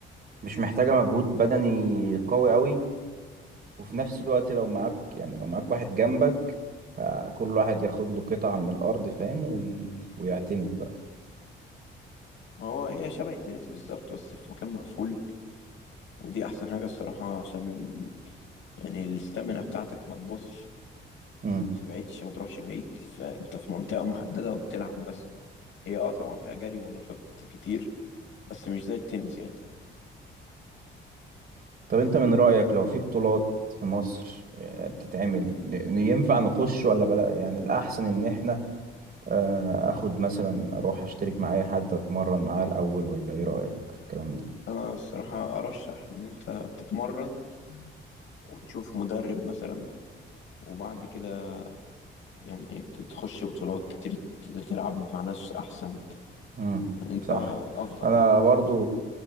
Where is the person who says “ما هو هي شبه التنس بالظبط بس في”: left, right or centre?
Left